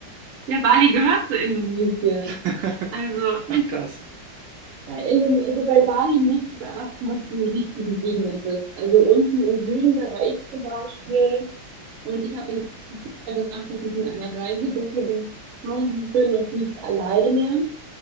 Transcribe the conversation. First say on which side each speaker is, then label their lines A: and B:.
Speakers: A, on the right (about 55°); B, on the right (about 75°).
A: Ja, Bali gehört zu Indonesien.
B: <laughs>
A: Also,
B: Ach, krass.
A: Bei Indone also bei Bali musst du beachten, dass du in den richtigen Gegenden bist. Also unten im Süden, da war ich zum Beispiel und ich habe den Fehler gemacht, dass ich in einer Reisegruppe geflogen bin und nicht alleine